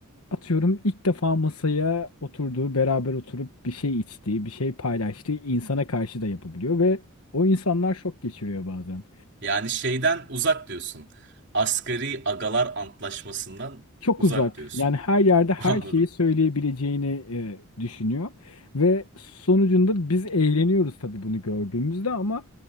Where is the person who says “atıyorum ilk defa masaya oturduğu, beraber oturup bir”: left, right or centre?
Left